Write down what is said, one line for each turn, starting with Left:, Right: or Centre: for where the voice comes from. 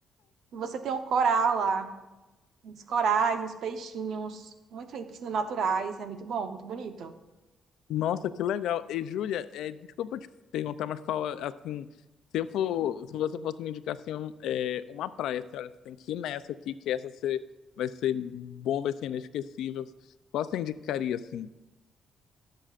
Right: E você tem um coral lá, uns corais, uns peixinhos, muito lindo, piscinas naturais. É muito bom, muito bonito.
Left: Nossa, que legal. E Júlia, é, desculpa te perguntar, mas qual, é, assim, se eu for, se você fosse me indicar assim, um- é, uma praia, assim, olha, você tem que ir nessa aqui, que essa você, vai ser bom, vai ser inesquecível. Qual você indicaria, assim?